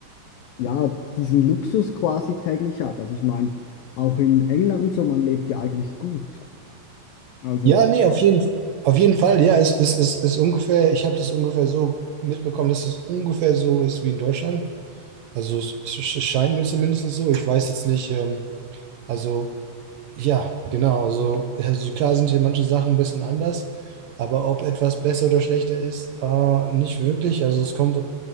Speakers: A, on the left (about 75°); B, on the right (about 65°).
A: ja, diesen Luxus quasi täglich hat. Also ich meine, auch in England und so, man lebt ja eigentlich gut. Also,
B: Ja, nee, auf jeden, auf jeden Fall, ja, es ist, ist, ist ungefähr, ich habe das ungefähr so mitbekommen, dass es ungefähr so ist wie in Deutschland. Also es, es es scheint mir zumindest so. Ich weiß jetzt nicht, ähm, also ja, genau. Also, also klar sind hier manche Sachen ein bisschen anders, aber ob etwas besser oder schlechter ist, äh, nicht wirklich. Also es kommt,